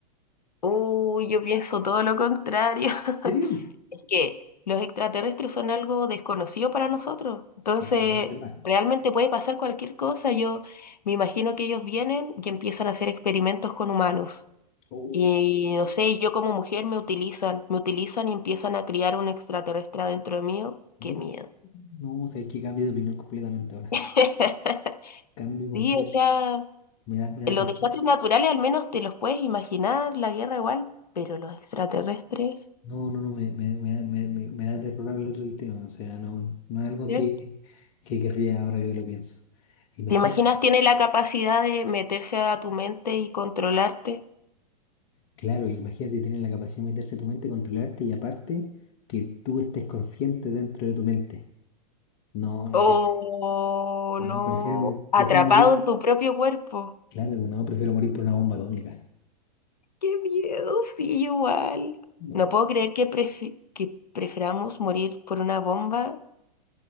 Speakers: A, on the left; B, on the left.
A: Uy, yo pienso todo lo contrario. <laughs>
B: ¿En serio?
A: Es que los extraterrestres son algo desconocido para nosotros. Entonces,
B: Claro, igual es verdad.
A: realmente puede pasar cualquier cosa. Yo me imagino que ellos vienen y empiezan a hacer experimentos con humanos.
B: Oh.
A: Y no sé, yo como mujer me utilizan, me utilizan y empiezan a criar un extraterrestre dentro de mío.
B: No,
A: Qué miedo.
B: no, o sea, hay que cambiar de opinión completamente ahora.
A: <laughs>
B: Cambio completamente.
A: Sí, o sea.
B: Me da, me da
A: Los
B: terror.
A: desastres naturales al menos te los puedes imaginar, la guerra igual, pero los extraterrestres,
B: No, no, no, me, me, me, da me- me- me da terror hablar del tema. O sea, no, no es algo
A: ¿cierto?
B: que, que querría ahora que lo pienso. Imagínate,
A: ¿Te imaginas tiene la capacidad de meterse a tu mente y controlarte?
B: claro, imagínate tener la capacidad de meterse a tu mente, controlarte y aparte que tú estés consciente dentro de tu mente. No, no,
A: O
B: que- no,
A: no,
B: prefiero, prefiero
A: atrapado
B: morir.
A: en tu propio cuerpo.
B: Claro, no, prefiero morir por una bomba atómica.
A: ¡Qué miedo! Sí, igual.
B: No,
A: No puedo creer que, prefi- que prefiramos morir por una bomba,